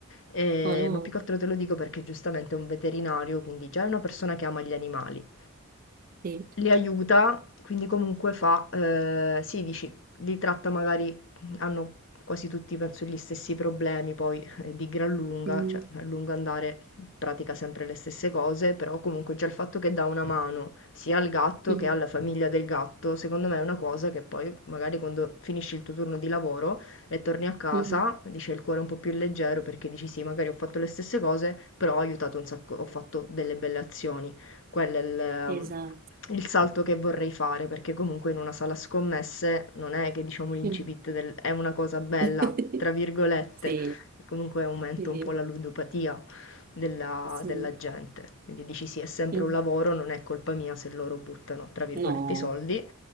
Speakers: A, on the left; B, on the right.
A: Eh,
B: Oh no,
A: ma più che altro te lo dico perché giustamente è un veterinario, quindi già è una persona che ama gli animali
B: sì.
A: li aiuta, quindi comunque fa, eh, sì, dici, li tratta magari, hanno quasi tutti, penso, gli stessi problemi, poi eh, di gran lunga,
B: Mm,
A: cioè a lungo andare pratica sempre le stesse cose, però comunque già il fatto che dà una mano sia al gatto
B: mhm,
A: che alla famiglia del gatto, secondo me è una cosa che poi magari quando finisci il tuo turno di lavoro e torni a casa,
B: mhm.
A: dice il cuore un po' più leggero perché dici sì, magari ho fatto le stesse cose, però ho aiutato un sacco, ho fatto delle belle azioni. Quello è il
B: Esatto.
A: il salto che vorrei fare, perché comunque in una sala scommesse non è che diciamo l'incipit
B: Mm.
A: del è una cosa bella,
B: <laughs>
A: tra virgolette,
B: Sì,
A: e comunque aumenta
B: sì,
A: un po' la ludopatia della,
B: sì.
A: della gente. Quindi dici sì, è sempre
B: Mm.
A: un lavoro, non è colpa mia se loro buttano, tra virgolette,
B: No,
A: i soldi,